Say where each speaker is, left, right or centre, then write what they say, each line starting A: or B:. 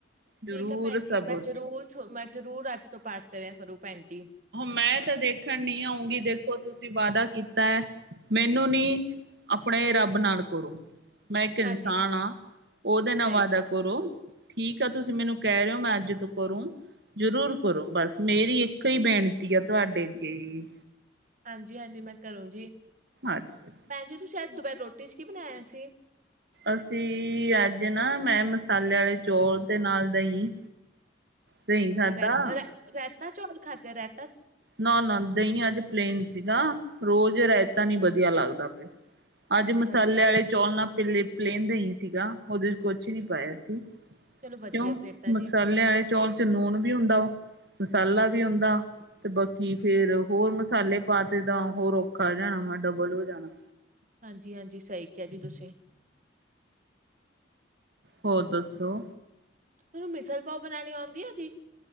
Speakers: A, on the right (about 55°); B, on the right (about 40°).
A: ਜ਼ਰੂਰ
B: ਠੀਕ ਆ ਭੈਣ
A: ਸਭ
B: ਜੀ ਮੈਂ ਜ਼ਰੂਰ ਸ ਮੈਂ ਜਰੂਰ ਅੱਜ ਤੋਂ ਪਾਠ ਕਰਿਆ ਕਰੂ। ਭੈਣ ਜੀ।
A: ਮੈਂ ਤਾਂ ਦੇਖਣ ਨੀ ਆਊਂਗੀ ਦੇਖੋ ਤੁਸੀਂ ਵਾਦਾ ਕੀਤਾ। ਮੈਨੂੰ ਨੀ, ਆਪਣੇ ਰੱਬ ਨਾਲ ਕਰੋ। ਮੈਂ ਇੱਕ ਇਨਸਾਨ
B: ਹਾਂਜੀ
A: ਆਂ, ਉਹਦੇ
B: ਸਹੀ
A: ਨਾ ਵਾਦਾ
B: ਕਿਹਾ
A: ਕਰੋ। ਠੀਕ ਆ ਤੁਸੀਂ ਮੈਨੂੰ ਕਹਿ ਰਹੇ ਓ ਮੈਂ ਅੱਜ ਤੋਂ ਕਰੂ, ਜ਼ਰੂਰ ਕਰੋ ਬਸ ਮੇਰੀ ਇੱਕ ਇੱਕੋ ਈ ਬੇਨਤੀ ਆ ਤੁਹਾਡੇ ਅੱਗੇ।
B: ਹਾਂਜੀ-ਹਾਂਜੀ ਮੈਂ ਕਰੂਗੀ,
A: ਅੱਛਾ
B: ਭੈਣ ਜੀ ਤੁਸੀਂ ਅਜ ਦੁਪਿ ਹਰ ਰੋਟੀ 'ਚ ਕੀ ਬਣਾਇਆ ਸੀ?
A: ਅਸੀਂ ਅੱਜ ਨਾ ਮੈਂ ਮਸਾਲੇ ਆਲੇ ਚੌਲ ਤੇ ਨਾਲ ਦਹੀਂ। ਦਹੀਂ ਖਾਧਾ
B: ਰੈਤਾ ਰ ਰੈਤਾ ਚੌਲ ਖਾਧੇ ਰੈ
A: ਨਾ-ਨਾ ਦਹੀਂ ਅੱਜ ਪਲੇਨ ਸੀਗਾ ਰੋਜ਼ ਰਾਇਤਾ ਨੀ ਵਧੀਆ ਲੱਗਦਾ ਫੇਰ। ਅੱਜ
B: ਅੱਛਾ
A: ਮਸਾਲੇ
B: ਜੀ
A: ਆਲੇ ਚੌਲ ਨਾਲ ਪਲੇ ਪਲੇਨ ਦਹੀਂ ਸੀਗਾ ਓਹਦੇ 'ਚ ਕੁਛ ਨੀ ਪਾਇਆ ਸੀ।
B: ਚਲੋ ਵਧੀਆ
A: ਕਿਉਂ,
B: ਫੇਰ ਤਾਂ
A: ਮਸਾਲੇ
B: ਜੀ।
A: ਆਲੇ ਚੌਲ 'ਚ ਨੂਣ ਵੀ ਹੁੰਦਾ ਉਹ। ਮਸਾਲਾ ਵੀ ਹੁੰਦਾ‌। ਤੇ ਬਾਕੀ ਫੇਰ ਹੋਰ ਮਸਾਲੇ ਪਾ ਤੇ ਤਾਂ ਹੋਰ ਔਖਾ ਜਾਣਾ ਵਾ ਡਬਲ ਹੋ ਜਾਣਾ।
B: ਹਾਂਜੀ ਹਾਂਜੀ, ਸਹੀ ਕਿਆ ਜੀ ਤੁਸੀਂ।
A: ਹੋਰ ਦੱਸੋ?
B: ਤੈਨੂੰ ਮਿਸਲ ਪਾਓ ਬਣਾਣੀ ਔੰਦੀ ਐ ਜੀ?